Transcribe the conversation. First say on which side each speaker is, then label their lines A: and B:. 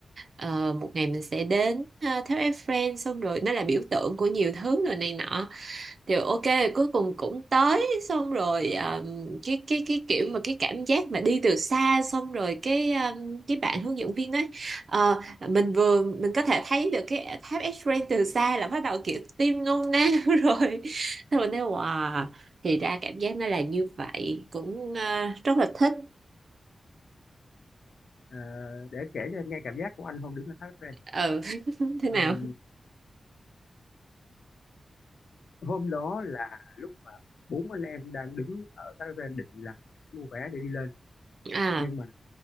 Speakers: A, on the right (about 50°); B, on the left (about 75°).
A: ờ, một ngày mình sẽ đến ờ, tháp Eiffel xong rồi nó là biểu tượng của nhiều thứ rồi này nọ thì ok cuối cùng cũng tới xong rồi um, cái cái cái kiểu mà cái cảm giác mà đi từ xa xong rồi cái um, cái bạn hướng dẫn viên ấy ờ, mình vừa mình có thể thấy được cái tháp Eiffel từ xa là bắt đầu kiểu tim ngôn nao <laughs> rồi xong mình nói wow thì ra cảm giác nó là như vậy cũng ờ, rất là thích
B: Ờ, để em kể cho em nghe cảm giác của anh hôm đứng ở tháp Eiffel
A: ừ <laughs> thế nào
B: <clears throat> Ờ, hôm đó là lúc mà bốn anh em đang đứng ở tháp Eiffel định là mua vé để đi lên
A: à
B: nhưng mà